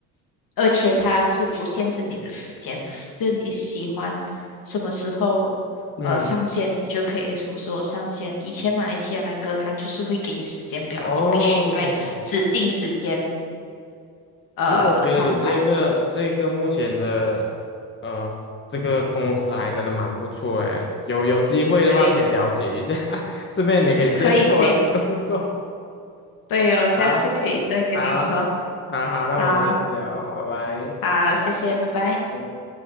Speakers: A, on the left (about 70°); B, on the left (about 35°).
A: 而且它是不限制你的时间，就是你喜欢什么时候呃上线，
B: 嗯，
A: 你就可以什么时候上线。以前马来西亚那个它就是会给你时间表，
B: 哦，
A: 你必须在指定时间呃上班。
B: 那我觉得你这个这个目前的呃这个公司还真的蛮不错诶，有有机会的话可以了解一下，
A: 对，
B: <laughs> 顺便你可以介绍我这个工作
A: 可以可以，对哦，下次可以再跟你说。
B: 啊。好，好好，那我们下次聊，
A: 好，
B: 拜拜。
A: 好，谢谢，拜拜。
B: 拜